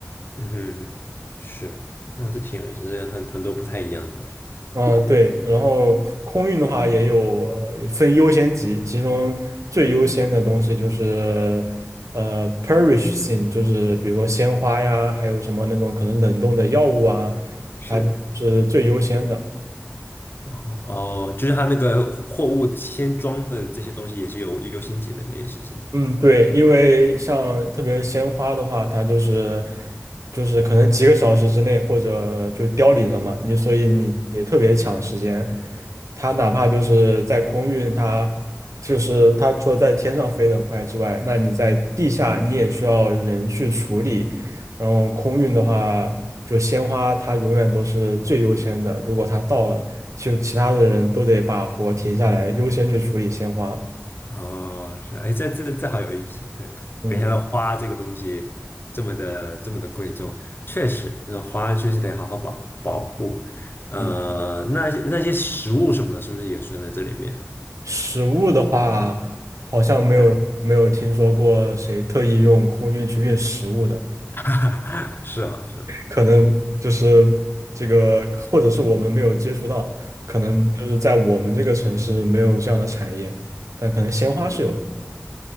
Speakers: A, on the left; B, on the right.
A: 嗯哼，是，嗯，这挺有意思，这个很很多不太一样的东西，
B: 嗯，对。然后空运的话也有呃分优先级，其中最优先的东西就是呃 perish thing，就是比如说鲜花呀，还有什么那种可能冷冻的药物啊，
A: 是，
B: 它是最优先的。
A: 哦哦，就是它那个货物先装的这些东西也是有优先级的，你的意思是？
B: 嗯，对，因为像特别鲜花的话，它就是就是可能几个小时之内或者就凋零了嘛，你所以你也特别抢时间。它哪怕就是在空运，它就是它除了在天上飞得很快之外，那你在地下你也需要人去处理。然后空运的话，就鲜花它永远都是最优先的，如果它到了，就其他的人都得把活停下来，优先去处理鲜花。
A: 哦，是啊，哎，这这这好有意思啊，这没想到花这个东西这么的这么的贵重，
B: 嗯
A: 确实，那花确实得好好保护保护。呃，
B: 嗯。
A: 那些那些食物什么的，是不是也算在这里面？
B: 食物的话，好像没有没有听说过谁特意用空运去运食物的，
A: 对，<laughs> 是啊，是啊，
B: 可能就是这个，
A: 是
B: 或者是我们没有接触到，可能就是在我们这个城市没有这样的产业，但可能鲜花是有的。